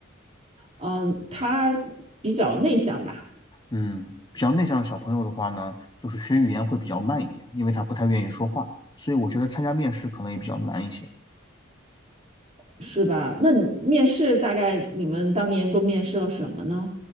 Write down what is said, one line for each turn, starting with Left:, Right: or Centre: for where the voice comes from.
Right: 嗯，他比较内向吧，
Left: 嗯，比较内向的小朋友的话呢，就是学语言会比较慢一点，因为他不太愿意说话，所以我觉得参加面试可能也比较难一些。
Right: 是吧？那你面试大概你们当年都面试了什么呢？